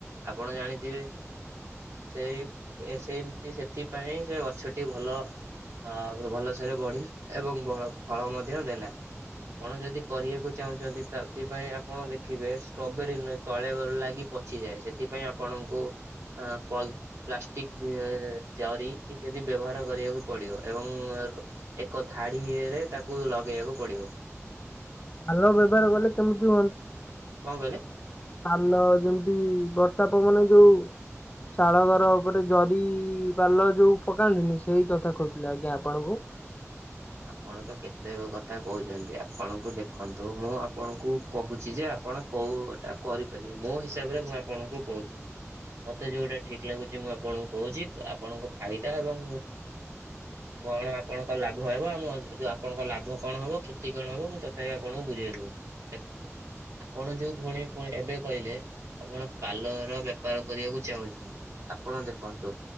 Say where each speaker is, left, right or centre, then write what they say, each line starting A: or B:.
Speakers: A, on the right; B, on the left.
A: ଆପଣ ଜାଣିଥିବେ? ସେଇ ଏ ସେମତି ସେଥିପାଇଁ ସେ ଗଛଟି ଭଲ ଆ ଭଲସରେ ବଢିଲା ଏବଂ ଫ ଫଳ ମଧ୍ୟ ଦେଲା ଆପଣ ଯଦି କରିବାକୁ ଚାହୁଁଚନ୍ତି ତାଥିପାଇଁ ଆପଣ ଦେଖିବେ ଷ୍ଟ୍ରବେରୀ ତଳେ ଲାଗି ପଚିଯାଏ ସେଥିପାଇଁ ଆପଣ ତାଙ୍କୁ ଆ ପଲ୍ ପ୍ଲାଷ୍ଟିକ ଜରି ଇତ୍ୟାଦି ବ୍ୟବହାର କରିବାକୁ ପଡିବ ଏବଂ ବେଳୁ ଏକ ଧାଡିରେ ତାକୁ ଲଗେଇବାକୁ ପଡିବ।
B: ଭଲ ବ୍ୟବହାର ଗଲେ କେମିତି ହୁଅନ୍ତା?
A: କଣ କହିଲେ?
B: ପାଲ ଯେମିତି ବର୍ଷା ପ ମନ ଯୋଉ ଚାଳଘର ଉପରେ ଜରି ପାଲ ଯୋଉ ପକାନ୍ତିନି, ସେଇ କଥା କହୁଥିଲେି ଆଜ୍ଞା ଆପଣଙ୍କୁ।
A: <inaudible> ଆପଣ ତ କେତେ କଥା କହୁଚନ୍ତି, ଆପଣଙ୍କୁ ଦେଖନ୍ତୁ ମୁଁ ଆପଣଙ୍କୁ କହୁଛି ଯେ ଆପଣ କୋଉଟା କରିପାରିବେ ମୋ ହିସାବରେ ମୁଁ ଆପଣଙ୍କୁ କହୁଚି। ମତେ ଯୋଉଟା ଠିକ ଲାଗୁଚି ମୁଁ ଆପଣଙ୍କୁ କହୁଚି। ଆପଣଙ୍କ ଫାଇଦା ଏବଂ କଣ ଆପଣଙ୍କ ଲାଭ? ଭ ରହିବ ଆମ ଆପଣଙ୍କ ଲାଭ କଣ ହବ କ୍ଷତି କଣ ହବ ମୁଁ ତଥାପି ଆପଣଙ୍କୁ ବୁଝେଇ ଦଉଚି ଦେଖନ୍ତୁ। ଆପଣ ଯୋଉ ପୁଣି ଏବେ କହିଲେ ଆପଣ ପାଲର ବେପାର କରିବାକୁ ଚାହୁଁଛନ୍ତି। ଆପଣ ଦେଖନ୍ତୁ